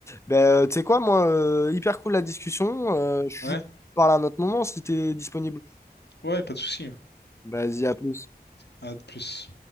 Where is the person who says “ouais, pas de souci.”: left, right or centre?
Left